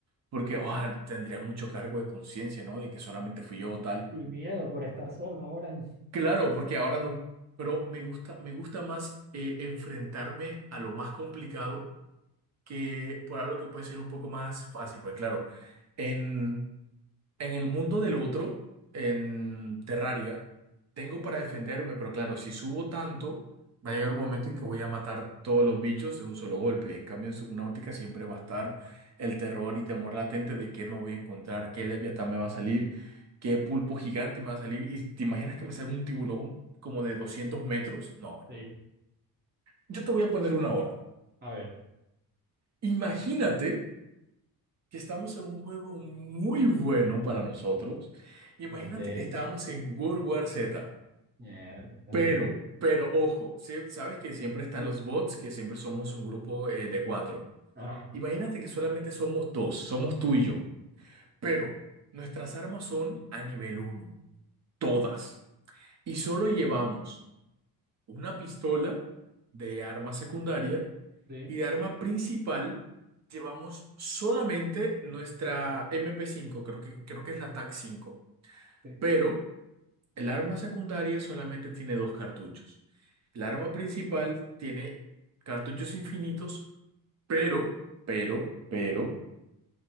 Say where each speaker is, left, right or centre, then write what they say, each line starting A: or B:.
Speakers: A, on the right; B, on the right.
A: porque ah, tendría mucho cargo de conciencia, ¿no? De que solamente fui yo tal.
B: Y miedo por estar solo ahora en...
A: Claro, porque ahora no, pero me gusta, me gusta más eh, enfrentarme a lo más complicado que por algo que puede ser un poco más fácil, porque claro, en, En el mundo del otro, en Terraria, tengo para defenderme, pero claro, si subo tanto, va a llegar un momento en que voy a matar todos los bichos de un solo golpe. En cambio, en Subnautica siempre va a estar el terror y temor latente de qué me voy a encontrar, qué leviatán me va a salir, qué pulpo gigante me va a salir. ¿Y te imaginas que me salga un tiburón como de 200 metros? No,
B: Sí,
A: yo te voy a poner una hora.
B: a ver,
A: Imagínate. que estamos en un juego muy bueno para nosotros. Imagínate
B: ok,
A: que estábamos en World War Z,
B: miércoles. <laughs>
A: pero, pero ojo, se- sabes que siempre están
B: Sí,
A: los bots, que siempre somos un grupo eh, de cuatro.
B: ajá,
A: Imagínate que solamente somos dos, somos tú y yo, pero nuestras armas son a nivel uno, todas. Y solo llevamos una pistola de arma secundaria
B: sí,
A: y de arma principal llevamos solamente nuestra MP5, creo que, creo que es la TAC 5,
B: sí,
A: pero el arma secundaria solamente tiene dos cartuchos. El arma principal tiene cartuchos infinitos, pero, pero, pero,